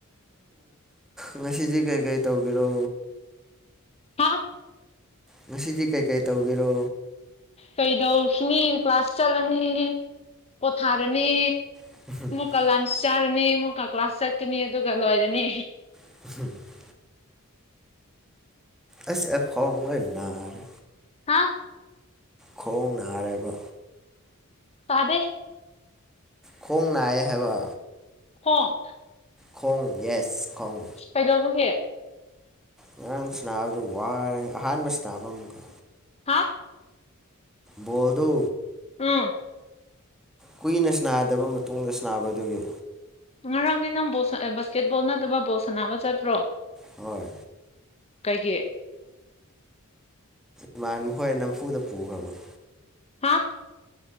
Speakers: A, in the centre; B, on the left (about 30°).
A: ꯉꯁꯤꯗꯤ ꯀꯩꯀꯩ ꯇꯧꯒꯦꯔꯣ
B: ꯍꯥ
A: ꯉꯁꯤꯗꯤ ꯀꯩꯀꯩ ꯇꯧꯒꯦꯔꯣ
B: ꯀꯩꯗꯧꯈꯤꯅꯤ ꯀ꯭ꯂꯥꯁ ꯆꯠꯂꯅꯤ ꯄꯣꯊꯥꯔꯅꯤ
A: <unintelligible>
B: ꯀꯂ ꯂꯁꯁ ꯆꯥꯔꯅꯤ ꯑꯃꯨꯛꯀ ꯀ꯭ꯂꯥꯁ ꯆꯠꯀꯅꯤ ꯑꯗꯨꯒ ꯂꯣꯏꯔꯅꯤ
A: <unintelligible> ꯑꯁ ꯑꯩ ꯈꯣꯡ ꯂꯣꯢ ꯅꯥꯔꯦ
B: ꯍꯥꯥ
A: ꯈꯣꯡ ꯅꯥꯔꯦꯕ
B: ꯇꯥꯗꯦ
A: ꯈꯣꯡ ꯅꯥꯏꯌꯦ ꯍꯥꯏꯕ
B: ꯈꯣꯡ
A: ꯈꯣꯡ ꯌꯦꯁ ꯈꯣꯡ
B: ꯀꯩꯗꯧꯕꯒꯤ
A: ꯉꯔꯥꯡ ꯁꯅꯥꯕꯗ ꯋꯥꯔꯦ ꯑꯍꯥꯟꯕ ꯁꯅꯥꯕ ꯑꯃꯨꯛꯀ
B: ꯍꯥ
A: ꯕꯣꯜꯗꯨ
B: ꯎꯝ
A: ꯀꯨꯏꯅ ꯁꯅꯥꯗꯕ ꯃꯇꯨꯡꯗ ꯁꯅꯥꯕꯗꯨꯒꯤ
B: ꯉꯔꯥꯡꯗꯤ ꯅꯪ ꯕꯣꯜ ꯕꯥꯁꯀꯦꯠꯕꯣꯜ ꯅꯠꯇꯕ ꯕꯣꯜ ꯁꯅꯥꯕ ꯆꯠꯄ꯭ꯔꯣ
A: ꯍꯣꯏ
B: ꯀꯩꯒꯤ
A: ꯢꯃꯥꯟꯅꯕ ꯈꯣꯏ ꯅꯝꯐꯨꯗ ꯄꯨꯈ꯭ꯔꯕ꯭ꯔꯥ
B: ꯍꯥ